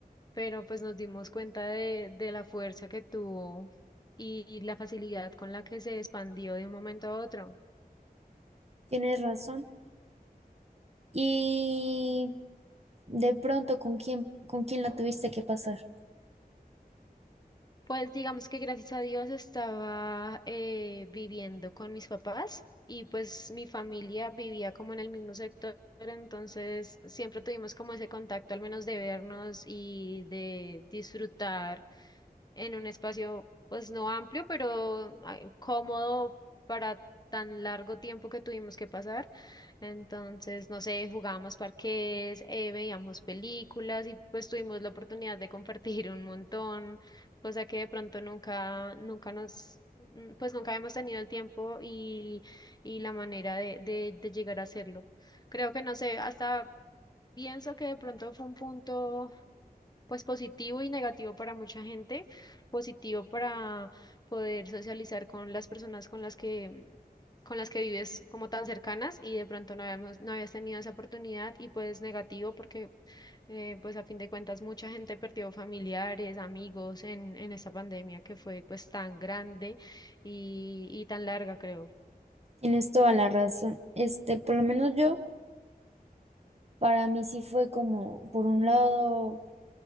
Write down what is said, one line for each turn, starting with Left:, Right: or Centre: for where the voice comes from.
Left: pero pues nos dimos cuenta de, de la fuerza que tuvo y, y la facilidad con la que se expandió de un momento a otro.
Right: Tienes razón. Y de pronto, ¿con quién, con quién la tuviste que pasar?
Left: Pues digamos que gracias a Dios estaba eh, viviendo con mis papás y pues mi familia vivía como en el mismo sector, entonces siempre tuvimos como ese contacto al menos de vernos y de disfrutar en un espacio pues no amplio, pero ah, cómodo para tan largo tiempo que tuvimos que pasar. Entonces, no sé, jugábamos parqués, eh, veíamos películas y pues tuvimos la oportunidad de compartir un montón, cosa que de pronto nunca, nunca nos, mm, pues nunca hemos tenido el tiempo y, y la manera de, de de llegar a hacerlo. Creo que no sé, hasta pienso que de pronto fue un punto pues positivo y negativo para mucha gente, positivo para poder socializar con las personas con las que con las que vives como tan cercanas y de pronto no habíamos, no habías tenido esa oportunidad y pues negativo porque eh, pues a fin de cuentas mucha gente perdió familiares, amigos en, en esta pandemia que fue pues tan grande y, y tan larga creo.
Right: Tienes toda la razón. Este, por lo menos yo, para mí sí fue como, por un lado,